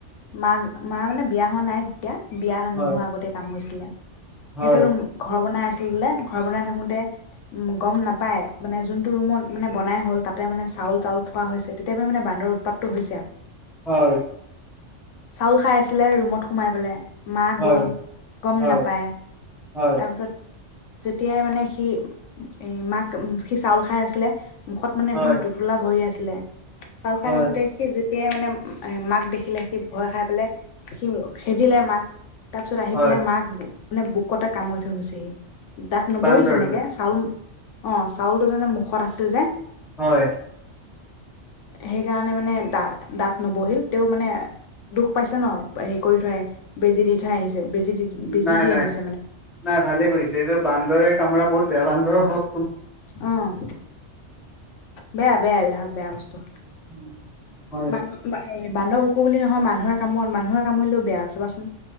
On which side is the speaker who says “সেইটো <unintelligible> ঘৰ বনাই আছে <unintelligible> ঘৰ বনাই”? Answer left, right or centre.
Left